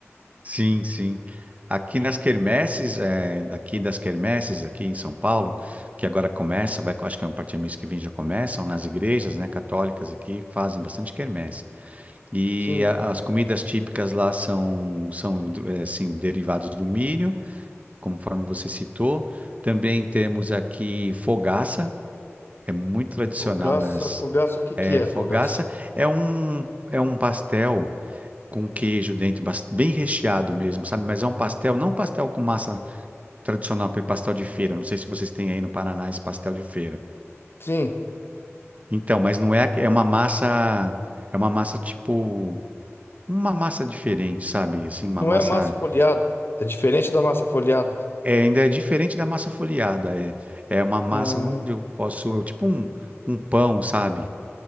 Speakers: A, on the right (about 30°); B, on the left (about 50°).
A: Sim, sim. Aqui nas quermesses, é, daqui das quermesses, aqui em São Paulo, que agora começa, vai, acho que é a partir do mês que vem já começam, nas igrejas, né, católicas aqui fazem bastante quermesse. E
B: Sim.
A: a- as comidas típicas lá são, são é, assim, derivados do milho, conforme você citou. Também temos aqui fogaça, é muito tradicional
B: Fogaça,
A: nas,
B: fogaça, o que
A: é,
B: que é
A: fogaça
B: fogaça?
A: é um, é um pastel com queijo dentro, bem recheado mesmo, sabe? Mas é um pastel, não um pastel com massa tradicional, aquele pastel de feira. Não sei se vocês têm aí no Paraná esse pastel de feira.
B: Sim,
A: Então, mas não é, é uma massa, é uma massa tipo, uma massa diferente, sabe? Assim, uma
B: não
A: massa,
B: é massa folhada. É diferente da massa folhada.
A: é, ainda é diferente da massa folheada. É, é uma massa
B: Ah,
A: onde eu posso, tipo um, um pão, sabe?